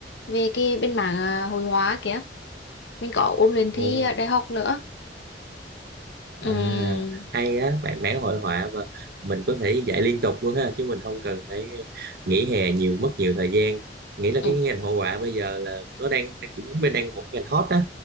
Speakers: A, on the left (about 75°); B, on the right (about 60°).
A: về cái bên mảng à, hội họa kìa mình có ôn luyện thi
B: Ồ
A: à, đại học nữa ừ,
B: À, hay á bạn vẽ hội họa mà mình có thể dạy liên tục luôn ha chứ mình không cần phải nghỉ hè nhiều mất nhiều thời gian nghĩ là
A: ừ,
B: cái ngành hội họa bây giờ là nó đang cũng bên đang một ngành hot đó